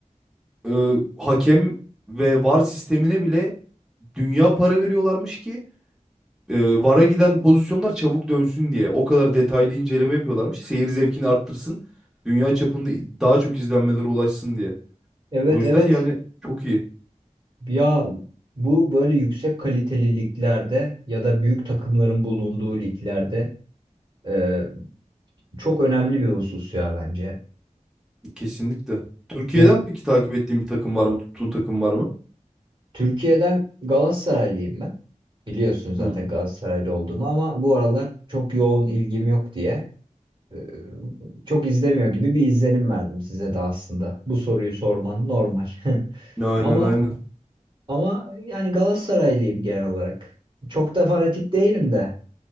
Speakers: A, in the centre; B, on the right.
A: E, hakem ve VAR sistemine bile dünya para veriyorlarmış ki e, VAR'a giden pozisyonlar çabuk dönsün diye. O kadar detaylı inceleme yapıyorlarmış. Seyir zevkini arttırsın. Dünya çapında daha çok izlenmelere ulaşsın diye.
B: Evet
A: O yüzden
B: evet.
A: yani çok iyi.
B: Ya bu böyle yüksek kaliteli liglerde ya da büyük takımların bulunduğu liglerde e, çok önemli bir husus ya bence.
A: Kesinlikle. Türkiye'den
B: Mes
A: peki takip ettiğin bir takım var mı? Tuttuğun takım var mı?
B: Türkiye'den Galatasaraylıyım ben. Biliyorsun zaten
A: Hı.
B: Galatasaraylı olduğumu ama bu aralar çok yoğun ilgim yok diye e, çok izlemiyor gibi bir izlenim verdim size de aslında. Bu soruyu sorman normal. <laughs>
A: Aynen
B: Ama
A: aynen.
B: ama yani Galatasaraylıyım genel olarak. Çok da fanatik değilim de.